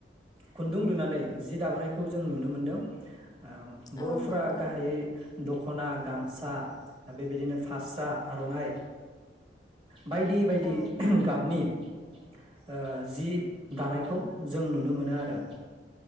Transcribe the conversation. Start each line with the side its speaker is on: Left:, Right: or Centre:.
Right: खुन्दुं लुनानै जि दाबोनायखौ जों नुनो मोनदों ओ
Left: औ
Right: बर'फोरा
Left: नंगौ औ नंगौ
Right: गाहायै दख'ना गामसा बेबायदिनो फास्रा आर'नाइ बायदि बायदि
Left: औ
Right: गाबनि ओ जि दानायखौ जों नुनो मोनो आरो